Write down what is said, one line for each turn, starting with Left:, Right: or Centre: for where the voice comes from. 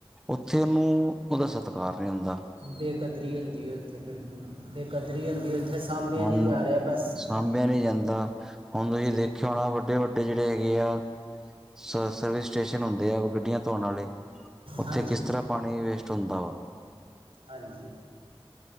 Centre: ਉੱਥੇ ਓਨੂੰ ਓਦਾ ਸਤਿਕਾਰ ਨੀ ਹੁੰਦਾ।
Right: ਬੇਕਦਰੀ ਹੁੰਦੀ ਏ ਉੱਥੇ ਬਿਲਕੁਲ, ਬੇਕਦਰੀ ਹੁੰਦੀ ਉੱਥੇ ਸਾਂਭਿਆ
Centre: ਹੁਣ
Right: ਨੀ ਜਾ ਰਿਆ ਬਸ
Centre: ਸਾਂਭਿਆ ਨੀ ਜਾਂਦਾ ਹੁਣ ਤੁਸੀਂ ਦੇਖਿਓ ਹੋ ਨਾ ਵੱਡੇ- ਵੱਡੇ ਜਿਹੜੇ ਹੈਗੇ ਆ ਸ ਸਰਵਿਸ ਸਟੇਸ਼ਨ ਹੁੰਦੇ ਆ ਗੱਡੀਆਂ ਧੋਣ ਆਲੇ ਉੱਥੇ
Right: ਹਾਂਜੀ
Centre: ਕਿਸ ਤਰ੍ਹਾਂ ਪਾਣੀ ਵੇਸਟ ਹੁੰਦਾ ਵਾ।
Right: ਹਾਂਜੀ।